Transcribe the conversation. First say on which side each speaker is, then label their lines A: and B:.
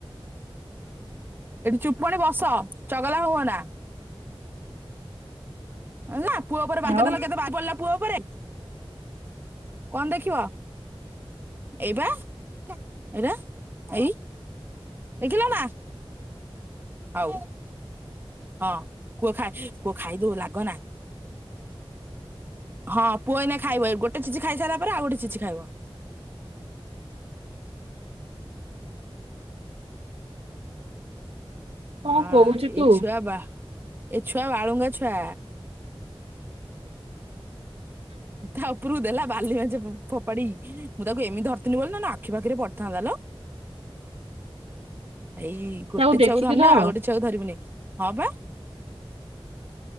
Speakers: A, on the right; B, on the right.
A: ଏଠି ଚୁପ୍ ପଣି ବସ ଚଗଲା ହୁଅନା। ଅନା। ପୁଅ ଉପରେ ବାରିପଦା
B: ଆଉ
A: ଲଗେଇଦେଲା ବାରି ପଡ଼ିଲା ପୁଅ ଉପରେ। କଣ ଦେଖିବ ଏଇପା ଏଇଟା। ଏଇ ଦେଖିଲ ନା। ହଉ ହଁ କୁଅ ଖାଇ ପୁଅ ଖାଇଦଉ ଲାଗନା ହଁ ପୁଅ ଏଇନା ଖାଇବ ଏ ଗୋଟେ ଚିଜିି ଖାଇସାରିଲା ପରେ ଆଉ ଗୋଟେ ଚିଜିି ଖାଇବ।
B: କଣ
A: ହଁ
B: କହୁଛୁ
A: ଏଇଛୁଆ
B: ତୁ
A: ବା ଏ ଛୁଆ ବାଳୁଙ୍ଗା ଛୁଆ। ତା ଉପରକୁ ଦେଲା ବାଲି ମାଜ ଫୋପାଡି। ମୁଁ ତାକୁ ଏମିତି ଧରିଥଥିଲି ବୋଲି ନା ନା ଆଖି ପାଖିରେ ପଡିଥାନ୍ତା ଲୋ। ଏଇ ଗୋଟେ
B: ତାକୁ ଦେଖିକି
A: ଛୁଆକୁ ଧରନି
B: ଧଅ
A: ଆଉ ଗୋଟେ ଛୁଆକୁ ଧରିବିନି। ହଁ ବା। <inaudible>